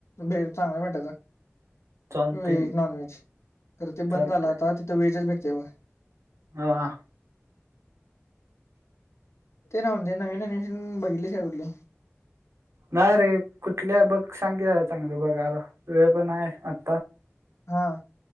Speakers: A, on the left; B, on the right.
A: भेळ भेट चांगला भेटायच
B: चालतंय
A: व्हेज नॉन तर ते
B: चालतंय
A: बंद झालं आता तिथं व्हेजच भेटते बघ.
B: ह हा,
A: ते रावून दे नवीन ह्यन बघितली काय कुठले.
B: नाही रे कुठली बघ सांगित चांगली बघ आला वेळ पण नाय आन.
A: हा